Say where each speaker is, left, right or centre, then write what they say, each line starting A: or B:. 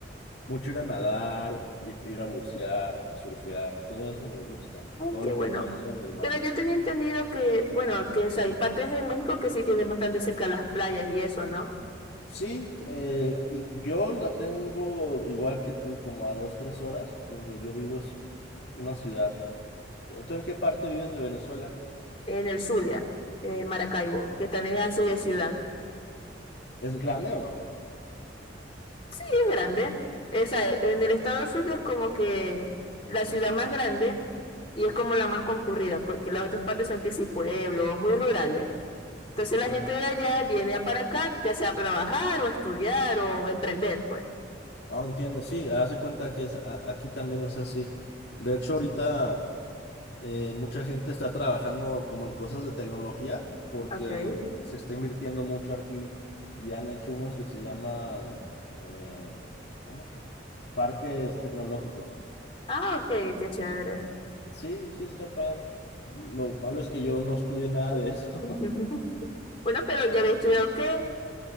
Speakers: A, on the left (about 60°); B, on the left (about 30°).
A: Mucho ir a nadar, ir, ir a bucear, surfear, todo eso me gusta,
B: Ay,
A: todo
B: qué
A: lo
B: bueno.
A: que puedes hacer en el mar.
B: Pero yo tenía entendido que, bueno, que o sea, hay partes en México que sí tienen bastante cerca las playas y eso, ¿no?
A: Sí, eh, y yo la tengo igual que tú, como a dos, tres horas, donde yo vivo es una ciudad. Eh, ¿Tú en qué parte vives de Venezuela?
B: En el Zulia, eh, Maracaibo, que también es así de ciudad.
A: ¿Es grande o no?
B: Y es grande. Esa, en el estado Zulia es como que la ciudad más grande y es como la más concurrida, porque las otras partes son que sí pueblos, muy rurales. Entonces
A: Oye,
B: la gente de allá viene a para acá, ya sea a trabajar o estudiar o emprender, pues.
A: no entiendo, sí, haz de cuenta que es, a- aquí también es así. De hecho, ahorita... eh, mucha gente está trabajando como en cosas de tecnología porque
B: Ok.
A: se está invirtiendo mucho aquí y han hecho unos que se llaman eh, ¿cómo? parques tecnológicos.
B: Ah, ok, qué chévere.
A: Sí, sí está padre. Lo malo es que yo no estudié nada de eso.
B: <laughs> Bueno, pero ya había estudiado qué,